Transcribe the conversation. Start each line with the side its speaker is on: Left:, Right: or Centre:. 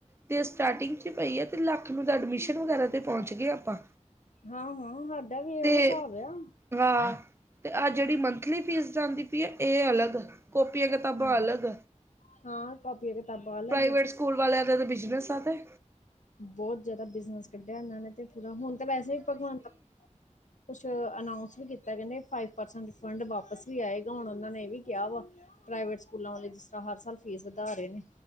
Right: ਤੇ ਸਟਾਰਟਿੰਗ ਚ ਪਈ ਏ ਤੇ ਲੱਖ ਨੂੰ ਤਾਂ ਐਡਮਿਸ਼ਨ ਵਗੈਰਾ ਤੇ ਪਹੁੰਚ ਗਏ ਆਪਾਂ।
Left: ਹਾਂ-ਹਾਂ ਸਾਡਾ ਵੀ ਇਹੋ
Right: ਤੇ
Left: ਹਿਸਾਬ ਆ।
Right: ਹਾਂ ਤੇ ਆਹ ਜਿਹੜੀ ਮੰਥਲੀ ਫੀਸ ਜਾਂਦੀ ਪਈ ਏ ਇਹ ਅਲੱਗ ਕੋਪੀਆਂ ਕਿਤਾਬਾ
Left: ਹਾਂਜੀ
Right: ਅਲਗ,
Left: ਹਾਂ ਕਾਪੀਆਂ ਕਿਤਾਬਾਂ ਅਲੱਗ
Right: ਪ੍ਰਾਈਵੇਟ
Left: ਆ,
Right: ਸ ਸਕੂਲ ਵਾਲਿਆਂ ਦਾ ਤੇ ਬਿਜ਼ਨਸ ਆ ਤੇ।
Left: ਬਹੁਤ ਜ਼ਿਆਦਾ ਬਿਜਨਸ ਕੱਢਿਆ ਇਹਨਾਂ ਨੇ ਤੇ ਪੂਰਾ ਹੁਣ ਤੇ ਵੈਸੇ ਵੀ ਭਗਵੰਤ ਕੁਛ ਅਨਾਊਂਸ ਵੀ ਕੀਤਾ। ਕਹਿੰਦੇ ਫਾਈਵ ਪਰਸੈਂਟ ਰਿਫੰਡ ਵਾਪਸ ਵੀ ਆਏਗਾ ਹੁਣ ਉਹਨਾਂ ਨੇ ਇਹ ਵੀ ਕਿਆ ਵਾ। ਪ੍ਰਾਈਵੇਟ ਸਕੂਲਾਂ ਵਾਲੇ ਜਿਸ ਤਰ੍ਹਾਂ ਹਰ ਸਾਲ ਫੀਸ ਵਧਾ ਰਹੇ ਨੇ।